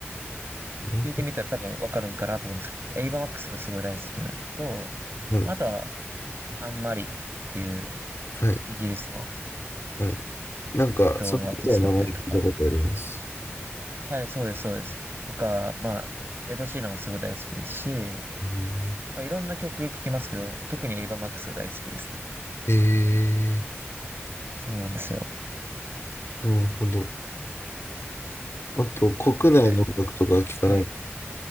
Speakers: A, on the left (about 65°); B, on the right (about 55°).
A: なるほど。
B: 聞いてみたら多分わかるんかなと思うんですけど、エイバーマックスがすごい大好きなのと、
A: はい、
B: あとは、アンマリっていう
A: はい、
B: イギリスの、
A: はい。なんか、
B: えっと、
A: その方は名前聞いたことあります。
B: アーティストだったりとか、はい、そうです、そうです。とか、まあ、エド・シーランもすごい大好きですし、
A: うん。
B: まあ、いろんな曲聴きますけど、特にエイバーマックスが大好きですね。
A: えー、
B: そうなんですよ。
A: なるほど。あと、国内の音楽とかは聞かない。
B: なので、はい。